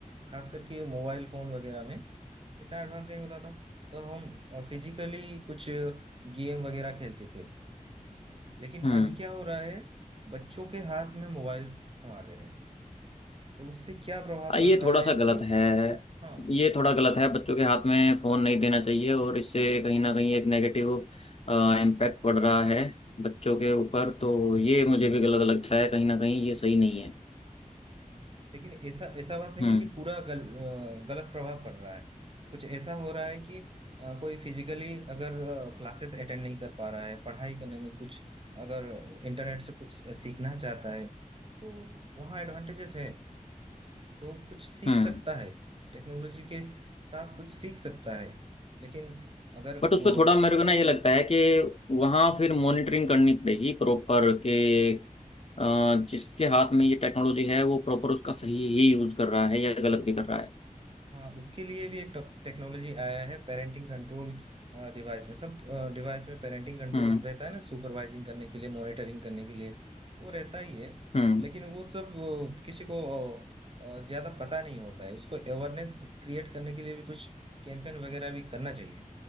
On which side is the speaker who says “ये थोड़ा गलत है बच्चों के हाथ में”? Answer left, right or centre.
Left